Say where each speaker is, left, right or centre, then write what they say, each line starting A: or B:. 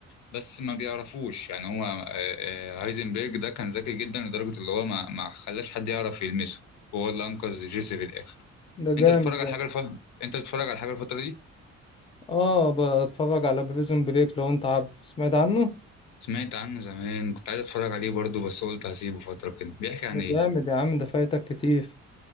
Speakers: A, on the left; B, on the left.
A: بس ما بيعرفوش يعني هو آه، آه، هايزنبرج ده كان ذكي جدا لدرجة اللي هو ما ما خلاش حد يعرف يلمسه وهو اللي انقذ جيسي في الاخر
B: ده
A: انت
B: جامد
A: بتتفرج على
B: ده
A: حاجة الف... انت بتتفرج على حاجة الفترة دي
B: اه بتفرج على بريزون بريك لو انت عارف سمعت عنه
A: سمعت عنه زمان كنت عايز اتفرج عليه برضه بس قلت هسيبه فترة كده بيحكي عن
B: ده جامد
A: ايه
B: يا عم ده فايتك كتير